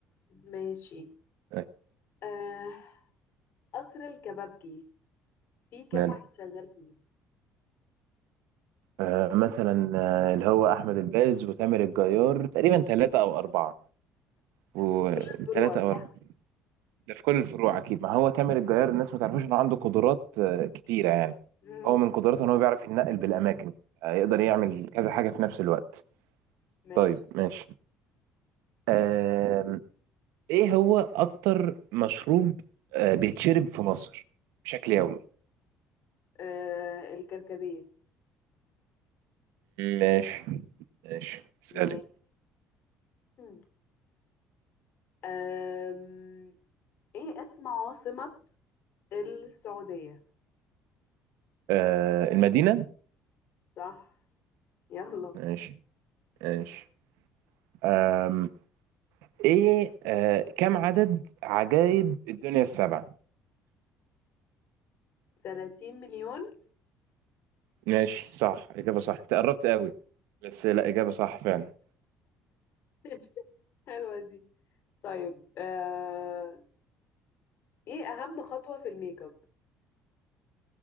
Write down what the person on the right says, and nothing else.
آه،
ماله
آه مثلا آه، اللي هو احمد الباز وتامر الجيار تقريبا ثلاثة او اربعة وثلاثة
او اربعة ده في كل الفروع اكيد ما هو تامر الجيار الناس ما تعرفوش انه عنده قدرات آه، كتيره يعني
هو من قدراته ان هو بيعرف يتنقل بالاماكن آه، يقدر يعمل كذا حاجه في نفس الوقت
طيب ماشي آم، ايه هو اكتر مشروب آه، بيتشرب في مصر بشكل يومي
ماشي ماشي اسالك
آه، المدينه
ماشي ماشي آم، ايه آه، كم عدد عجائب الدنيا السبعه
ماشي صح إجابة صح أنت قربت قوي بس لا إجابة صح فعلا